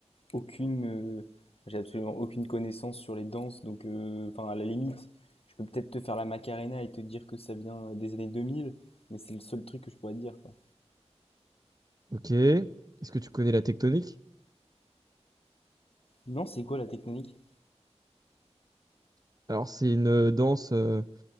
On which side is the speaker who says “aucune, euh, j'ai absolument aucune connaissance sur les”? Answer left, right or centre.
Left